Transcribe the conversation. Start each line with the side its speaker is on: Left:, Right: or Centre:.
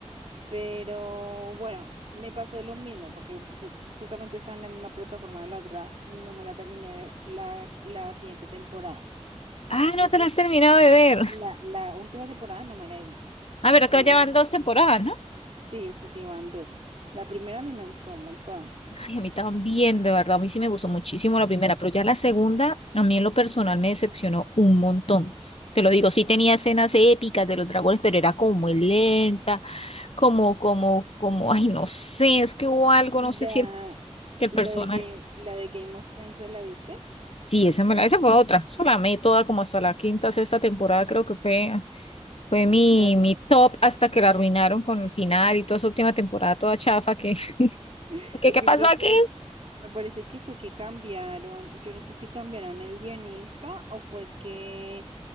Right: Pero bueno, me pasó lo mismo porque pues, eh, justamente está en la misma plataforma de la otra y no me la terminé de ver la, la siguiente temporada.
Left: Ah,
Right: Entonces,
Left: no te la has terminado de ver.
Right: la, la última temporada no me la he visto,
Left: A ver, acá
Right: pero
Left: ya
Right: la-
Left: van dos temporadas, ¿no?
Right: sí, sí, sí, van dos. La primera a mí me gustó un montón.
Left: Ay, a mí también, de verdad, a mí sí me gustó muchísimo la primera, pero ya la segunda, a mí en lo personal me decepcionó un montón. Te lo digo, sí tenía escenas épicas de los dragones, pero era como muy lenta, como, como, como, ay, no sé, es que hubo algo,
Right: ¿Y
Left: no sé
Right: la,
Left: si el, que el
Right: y
Left: personaje.
Right: la de Game, la de Game of Thrones, ¿te la viste?
Left: Sí, esa, me la- esa fue otra, esa la amé toda como hasta la quinta, sexta temporada, creo que fue, fue mi,
Right: Claro.
Left: mi top hasta que la arruinaron con el final y toda esa última temporada toda chafa que, <laughs>
Right: <laughs>
Left: que,
Right: Es
Left: ¿qué
Right: que
Left: pasó
Right: creo
Left: aquí?
Right: que me parece que fue que cambiaron, yo no sé si cambiaron el guionista o fue que